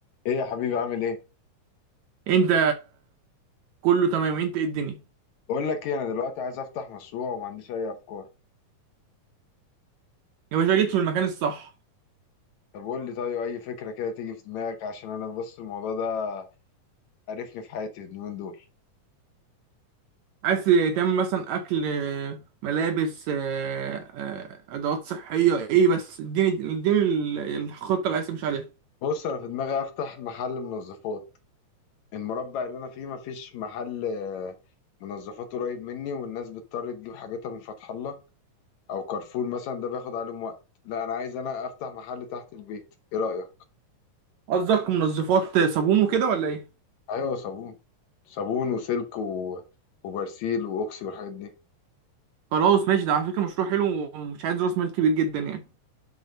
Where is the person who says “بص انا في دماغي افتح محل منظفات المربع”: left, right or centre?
Left